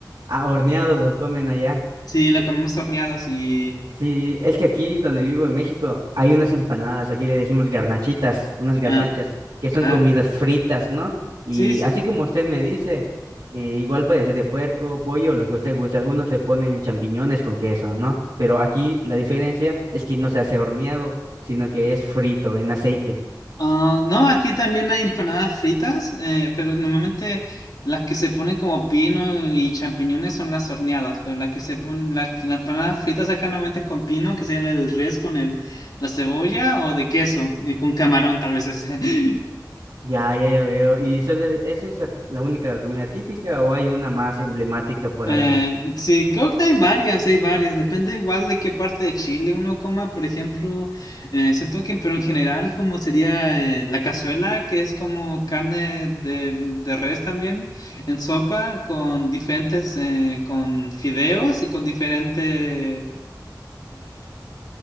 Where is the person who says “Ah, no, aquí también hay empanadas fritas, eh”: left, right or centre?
Left